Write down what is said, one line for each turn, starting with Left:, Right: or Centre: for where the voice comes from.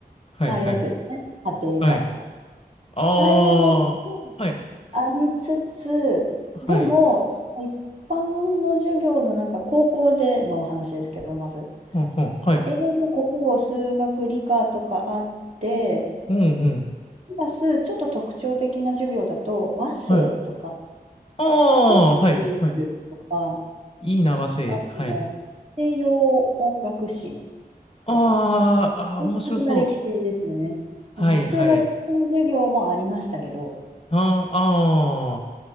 Left: はい、
Right: ああいうやつですね。
Left: はい。
Right: 家庭科とか。
Left: はい。あ
Right: ああいうのも
Left: あ、はい、
Right: ありつつ、
Left: はい。
Right: でも、その一般の授業の中、高校での話ですけど、まず。
Left: うんうん。はい。
Right: 英語、国語、数学、理科とかあって、
Left: うんうん。
Right: プラスちょっと特徴的な授業だと和声とか、
Left: はい。あ
Right: ソウルとか、
Left: あ、はい。はい。いいな、和製。
Right: あと西洋音楽史
Left: はい。あーあー、
Right: とか、音楽な歴史ですよね。
Left: 面白そう。はい、
Right: あの普通の歴史の授業もありましたけど、
Left: はい。あーあー、